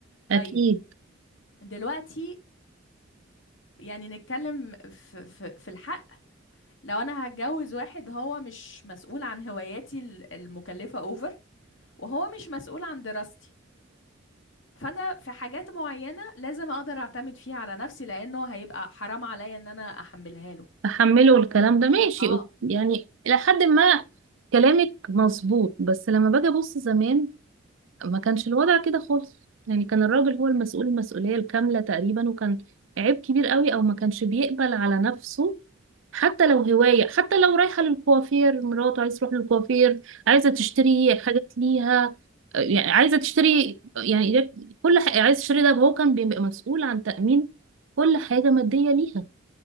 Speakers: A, on the left; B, on the right.
A: طيب
B: أكيد
A: دلوقتي يعني نتكلم في, في, في الحق لو انا هتجوز واحد هو مش مسؤول عن هواياتي ال- المكلفة اوفر وهو مش مسؤول عن دراستي فانا في حاجات معينة لازم اقدر اعتمد فيها على نفسي لانه هيبقى حرام عليا ان انا احملها له
B: أحمله الكلام ده ماشي
A: اه
B: أوك- يعني إلى حد ما كلامك مظبوط بس لما باجي أبص زمان ما كانش الوضع كده خالص يعني كان الراجل هو المسؤول المسؤولية الكاملة تقريبا وكان عيب كبير قوي او ما كانش بيقبل على نفسه حتى لو هواية حتى لو رايحة للكوافير مراته عايز تروح للكوافير عايزة تشتري حاجات ليها يعني عايزة تشتري يعني كل حاجة عايز تشتري ده هو كان بيبقى مسؤول عن تأمين كل حاجة مادية ليها